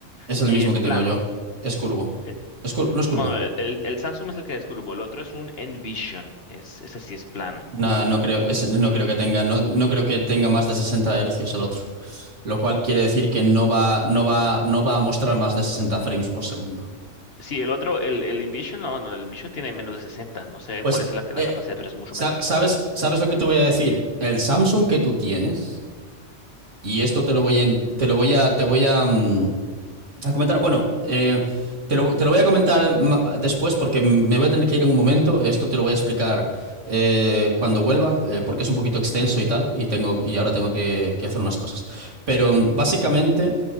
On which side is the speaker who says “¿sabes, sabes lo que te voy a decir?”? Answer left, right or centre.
Right